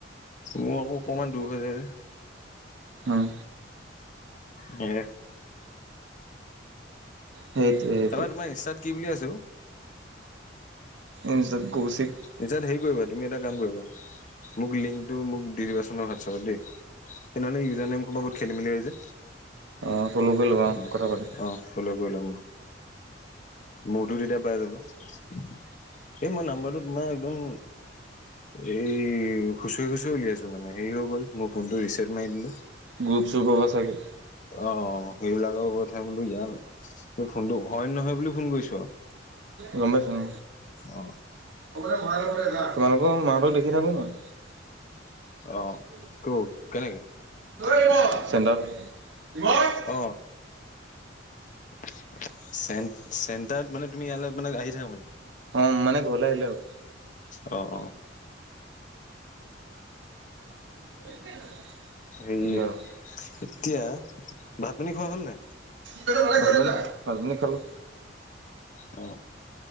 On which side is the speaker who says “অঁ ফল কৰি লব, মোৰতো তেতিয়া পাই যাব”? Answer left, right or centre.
Left